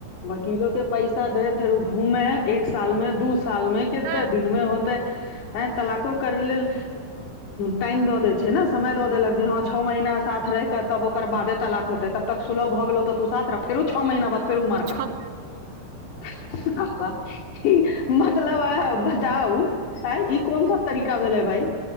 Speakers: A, on the left; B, on the right.
A: वकीलो के पैसा दे फेर ओ घूमे एक साल मे दू साल मे कते
B: तऽ
A: दिनमे होत तै आय तलाकों करै लेल टैम द दै छै न समय द देलक जे हँ छओ महीना साथ रहिके तब ओकर बादे तलाक होते तब तक सुलभ भऽ गेलौ तऽ तू साथ रह फेरु छ महीना बाद फेर ओ मार
B: छओ
A: कटत
B: <inaudible>
A: हा <unintelligible> मतलब बताउ अ ई कोन सब तरीका भेलै भाई